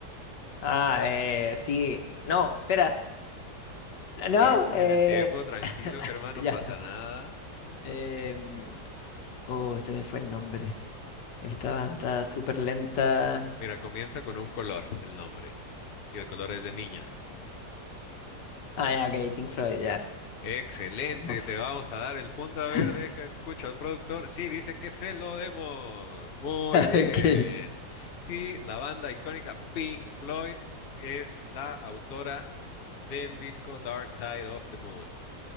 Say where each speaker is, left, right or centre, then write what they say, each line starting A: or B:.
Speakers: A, on the left; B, on the left.
A: Ah, eh, sí. No, espera.
B: Sí,
A: No,
B: tienes
A: eh,
B: tiempo, tranquilo, Germán,
A: ya.
B: no pasa nada.
A: em, oh, se me fue el nombre. Esta banda súper lenta.
B: Mira, comienza con un color, el nombre. Y el color es de niña.
A: Ah, ya, ok, Pink Floyd, ya.
B: Excelente,
A: Uf.
B: te vamos a dar el punto. A ver,
A: <laughs>
B: deja, escucho al productor. Sí, dice que se lo demos. Muy bien.
A: Ok.
B: Sí, la banda icónica Pink Floyd es la autora del disco Dark Side of the Moon.